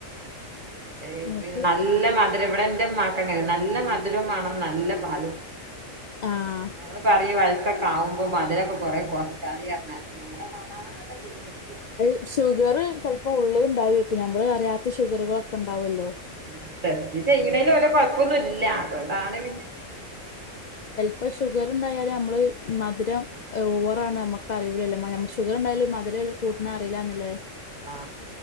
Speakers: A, on the right; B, on the left.
A: ഏയ്
B: എന്നിട്ട്
A: പിന്നെ നല്ല മ മധുരം ഇവിടെ ഇന്റെമാക്കങ്ങനെണ് നല്ല മധുരം വേണം നല്ല പാലും വേണം
B: ആഹ്
A: ഞങ്ങള് പറയും വയസ്സ ക്കെ ആവുമ്പോ മദുരൊക്കെ കൊറേ കൊറച്ചാളി അറഞ്ഞാലും ഞങ്ങളെ കാണാതെ പിന്നിം ഇട്ക്കും
B: അത് ഷുഗറ് ചെലപ്പോ ഉള്ളില് ഇണ്ടാവേര്ക്കും നമ്മള് അറിയാത്ത ഷുഗറുകളൊക്കെ ഉണ്ടാവോലോ
A: മ് ടെസ്റ്റ്‌ ചെയ്യണേല് വല്ല കൊഴപ്പൊന്നുല്ല അതുകൊണ്ടാണ് പിന്നെ
B: ഇപ്പ ഷുഗറ് ഇണ്ടായാലും നമ്മള് മധുരം ഓവറാണ് നമ്മക്ക് അറിയുല്ലല്ലോ ഷുഗറ് ഇണ്ടായാലും മധുരം കൂട്ടണ അറീലന്നല്ലേ
A: ആ